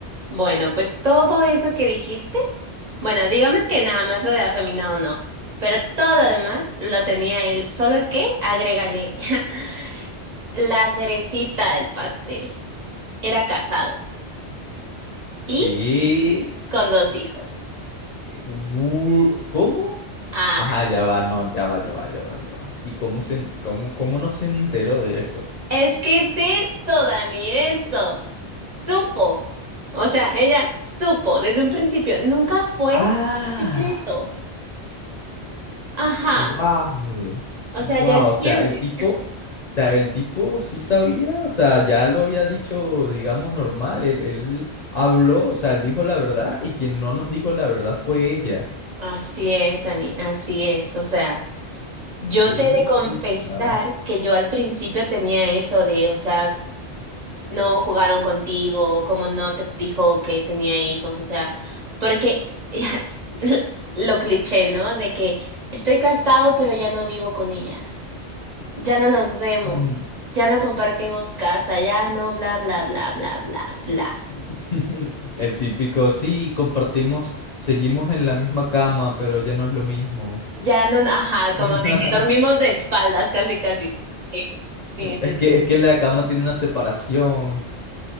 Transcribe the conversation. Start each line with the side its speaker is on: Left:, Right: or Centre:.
Right: bueno, pues todo eso que dijiste, bueno, digamos que nada más lo de afeminado no, pero todo lo demás lo tenía él, solo que agrégale <laughs> la cerecita del pastel. Era casado y
Left: ¿Qué?
Right: con dos hijos.
Left: Wu- ¿Cómo?
Right: Ah,
Left: Ajá, ya va, no, ya va, ya va, ya va, ya va. ¿Y cómo se, en- cómo, cómo no se enteró de eso?
Right: es que es esto, Dani, esto. Supo. O sea, ella supo desde un principio. Nunca fue
Left: Ah.
Right: secreto. Ajá.
Left: Wow,
Right: O
Left: wow,
Right: sea, ya entiendes.
Left: o sea, el tipo, o sea, el tipo sí sabía, o sea, ya lo había dicho, digamos, normal, él, él habló, o sea, él dijo la verdad y quien no nos dijo la verdad fue ella.
Right: Así es, Dani, así es. O sea, yo
Left: Qué
Right: te
Left: belleza.
Right: he de confesar que yo al principio tenía eso de, o sea, no jugaron contigo, como no te dijo que tenía hijos, o sea, porque ya, <laughs> lo cliché, ¿no? De que estoy casado, pero ya no vivo con ella, ya no nos vemos,
Left: Mm.
Right: ya no compartimos casa, ya no bla bla bla bla bla bla.
Left: <laughs> El típico, sí, compartimos, seguimos en la misma cama, pero ya no es lo mismo.
Right: Ya no, ajá, como
Left: <laughs>
Right: de que dormimos de espaldas, casi casi. Sí, sí,
Left: Es
Right: sí.
Left: que,
Right: sí.
Left: es que la cama tiene una separación